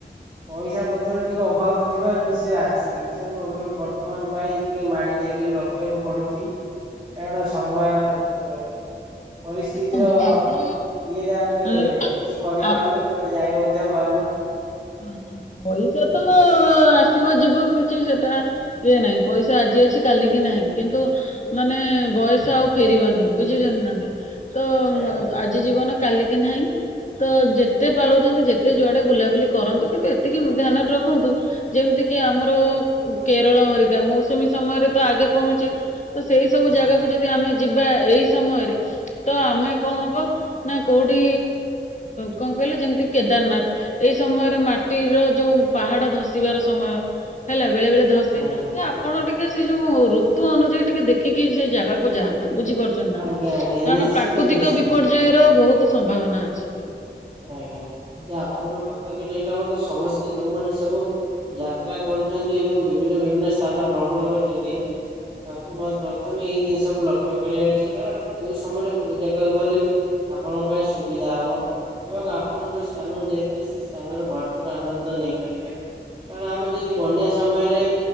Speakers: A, on the right; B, on the left.
A: ପଇସା ପତ୍ର ଟିକେ ଅଭାବ ଥିବାରୁ ସେ ଆଛ ଇଚଛାକୁ ବର୍ତ୍ତମାନ ପାଇଁ ଟିକେ ମାଡି ଜାଗିକି ରଖିବାକୁ ପଡୁଚି। ଏଣ ସମୟ ତ ପରିସ୍ଥିତିର
B: ଦେଖନ୍ତୁ ଆପଣ
A: ଇଏରେ ଆମେ
B: ଅ,
A: କିଛି କରିପାରୁନି
B: ଆ
A: କୁଆଡ଼େ ଯାଇ ମଧ୍ୟ ପାରୁନୁ।
B: ଆଛା ପଇସା ତ ଆସିବ ଯିବ କିଛି ସେଟା ଇଏ ନାହିଁ ପଇସା ଆଜି ଅଛି କାଲି କି ନାହିଁ କିନ୍ତୁ ମାନେ ବୟସ ଆଉ ଫେରିବନି ବୁଝିଚନ୍ତି ନା ନାଇଁ ତ
A: ଆଜ୍ଞା।
B: ଆ ଆଜି ଜୀବନ କା କି ନାହିଁ ତ ଯେତେ ପାରୁଛନ୍ତି ଯେତେ ଯୁଆଡେ ବୁଲାବୁଲି କରନ୍ତୁ କିନ୍ତୁ ଏତିକି ଧ୍ୟାନରେ ରଖନ୍ତୁ ଯେମିତି କିି ଆମର କେରଳ ହରିକା ମୌସୁମୀ ସମୟରେ ତ ଆଗେ ପହଞ୍ଚେ ତ ସେଇ ସବୁ
A: ଆଜ୍ଞା
B: ଜାଗାକୁ ଯଦି ଆମେ ଯିବା ଏଇ ସମୟରେ ତ ଆମେ କଣ ହବ ନା କୋଉଠି କଣ କହିଲେ ଯେମିତି କେଦାରନାଥ ଏଇ ସମୟରେ ମା ଟିର ଯୋଉ ପାହାଡ ଧସିବାର ସମୟ ହେଲା ବେଳେ ବେଳେ ଧସେ
A: ଆଜ୍ଞା ଆଜ୍ଞା
B: ତ ଆପଣ ଟିକେ ସେ ଯୋଉ ଋତୁ ଅନୁଯାୟୀ ଟିକେ ଦେଖିକି ସେ ଜାଗାକୁୁ ଯାଆନ୍ତୁ ବୁଝି ପାରୁଚ ନ୍ତି ନା
A: ଆଜ୍ଞା
B: ନାଇଁ
A: ଆଜ୍ଞା
B: କାରଣ
A: ନିଶ୍ଚିନ୍ତ
B: ପ୍ରାକୃତିକ
A: ନିଶ୍ଚିନ୍ତ
B: ବିପର୍ଯ୍ୟୟ ର ବହୁତ ସମ୍ଭାବନା ଅଛି।
A: ଆଜ୍ଞା, ଯା ଆପଣ ଯଉ କଥା କହିଲେ, ଏଇଟା ମତେ ସମସ୍ତେ ଯୋଉଁମାନେ ସବୁ ଯାତ୍ରା କରୁଛନ୍ତି ଏବଂ ବିଭିନ୍ନ ବିଭିନ୍ନ ସ୍ଥାନ ଭ୍ରମଣ କରୁଛନ୍ତି। ତାଙ୍କୁ ପ୍ର-ପ୍ରଥମେ ଏଇ ଜିନିଷକୁୁ ଲକ୍ଷ୍ୟ କରିବା ଅଛି। କାରଣ କୋଉ ସମୟରେ, କୋଉ ଜାଗାକୁ ଗଲେ ଆପଣଙ୍କ ପାଇଁ ସୁବିଧା ହବ? ଏବଂ ଆପଣ ଯୋଉ ସ୍ଥାନକୁ ଯାଇଥିବେ, ସେ ସ୍ଥାନରେ ଭରପୁର ଆନନ୍ଦ ନେଇପାରିବେ। କାରଣ ଆମେ ଯଦି ବନ୍ୟା ସମୟରେ